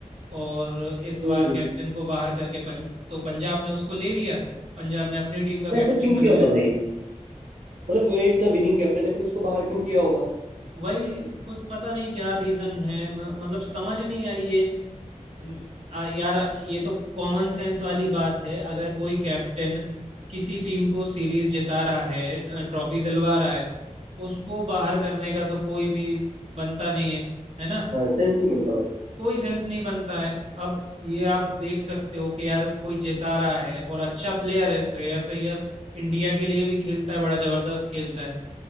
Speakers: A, on the right; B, on the right.
A: और इस बार
B: हम्म।
A: कैप्टन को बाहर करके पं, तो पंजाब ने उसको ले लिया पंजाब ने अपनी टीम का
B: पर
A: कैप्टन
B: ऐसा क्यों
A: बनाया
B: किया होगा भाई मतलब वो इतना विनिंग कैप्टन है फिर उसको बाहर क्यों किया होगा
A: वही कुछ पता नहीं क्या रीजन है म- मतलब समझ नहीं आई ये म, आ, यार ये तो कॉमन सेंस वाली बात है अगर कोई कैप्टन किसी टीम को सीरीज जिता रहा है ट्रॉफी दिलवा रहा है उसको बाहर करने का तो कोई भी बनता नहीं है है ना
B: हाँ सेंस नहीं बनता
A: कोई सेंस नहीं बनता है अब ये आप देख सकते हो कि यार कोई जिता रहा है और अच्छा प्लेयर है श्रेयस अय्यर इंडिया के लिए भी खेलता है बड़ा जबरदस्त खेलता है